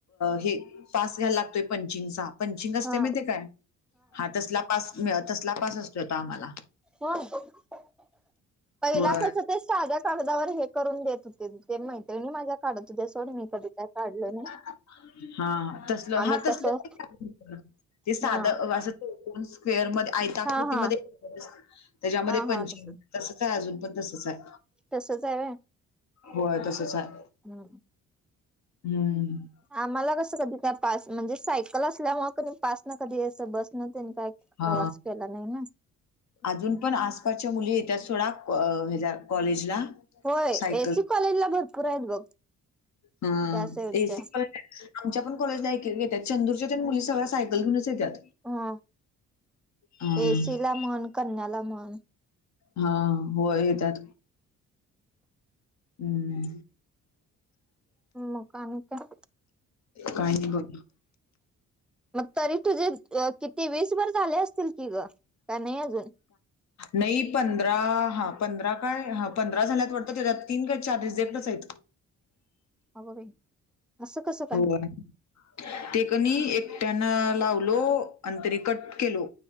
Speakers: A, on the left; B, in the centre.
A: हे पास घ्याय लागतोय पंचिंगचा. पंचिंग असते
B: हा
A: माहिते काय हा तसला पास तसला पास असतोय आता आम्हाला.
B: हो पहिली
A: व
B: जात होतीस. माझ्या कागदावर हे करून देत होते ते मैत्रीणी माझ्या काढत होत्या सोड मी. कधी काय काढल नाही
A: हा हा तसल
B: आम्ही
A: हा तसलं
B: कसं
A: पण काढ. ते साध
B: हा
A: आ स. स्क्वेअर मधे आयता
B: हा
A: कृतीमध्ये
B: हा
A: त्याच्यामध्ये
B: हा
A: पंचिंग
B: हा तस
A: तसच आहे अजून पण तसच आहे.
B: तसंच आहे व्हय.
A: होय तसंच हाय.
B: हम्म
A: हम्म
B: आम्हाला कसं कधी काय पास म्हणजे सायकल असल्यामुळे कधी पास न कधी अस बस न तेन काय.
A: हा..
B: प्रवास केला नाही ना
A: अजून पण आसपासच्या मुली येत्यात सोडा हेच्या कॉलेजला.
B: होय
A: सायकल
B: एसी कॉलेजला भरपूर आहेत बघ.
A: हा
B: त्या साईडच्या
A: एसी कॉलेज आमच्या पण कॉलेजला येत्यात चंदूरच्या तेनं मुली सगळ्या सायकल घेऊनच येत्यात.
B: हा
A: हा
B: एसी ला म्हन कन्याला म्हन.
A: हा हो येत्यात. हम्म
B: मग आणि काय
A: काही नाही बघ.
B: मग तरी तुझे किती वीसभर झाले असतील की ग का नाही अजून.
A: नाही पंधरा हा पंधरा काय ह पंधरा झाल्यात वाटतं त्याच्यात तीन का चार रीझेक्टच आहेत.
B: अगं बाई. असं कसं काय
A: होव <unintelligible> ते कणी एकट्यान लावलो आणि तरि कट केलो.